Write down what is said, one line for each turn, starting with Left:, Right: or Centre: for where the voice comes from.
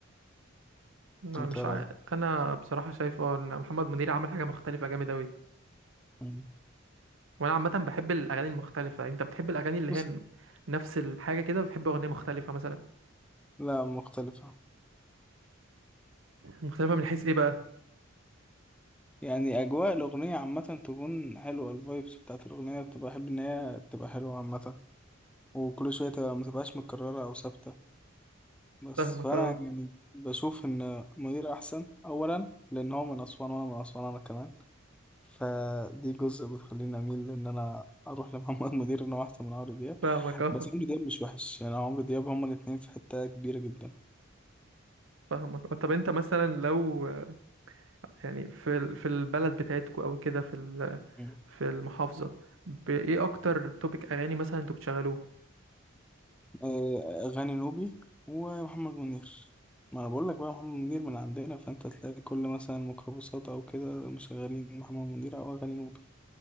Right: ما
Centre: أنت
Right: مش
Centre: إيه رأيك؟
Right: عا... انا بصراحه شايف اه ان محمد منير عمل حاجه مختلفه جامد اوي
Centre: مم.
Right: وانا عامه بحب الاغاني المختلفه انت بتحب الاغاني اللي
Centre: بص
Right: هي ن- نفس الحاجه كده بتحب اغنيه مختلفه مثلا
Centre: لا مختلفة
Right: مختلفه من حيث ايه بقى
Centre: يعني أجواء الأغنية عامة تكون حلوة الفايبس بتاعت الأغنية بتبقى أحب إن هي تبقى حلوة عامة وكل شوية تبقى متبقاش متكررة أو ثابتة بس
Right: فاهمك
Centre: فأنا
Right: اه
Centre: يعني بشوف إن منير أحسن أولا لأن هو من أسوان وأنا من أسوان أنا كمان فدي جزء بتخليني اميل ان انا اروح لمحمد <laughs> منير ان هو احسن من عمرو دياب
Right: فاهمك اه
Centre: بس عمرو دياب مش وحش يعني عمرو دياب هما الاتنين في حتة كبيرة جدا
Right: فاهمك اه طب انت مثلا لو آه، يعني في ال- في البلد بتاعتكو او كده في ال-
Centre: مم.
Right: في المحافظه بايه اكتر توبيك اغاني مثلا انتوا بتشغلوه
Centre: آه، اغاني نوبي ومحمد منير ما انا بقول لك بقى محمد منير من عندنا فانت تلاقي كل مثلا ميكروباصات او كده مشغلين محمد منير او اغاني نوبي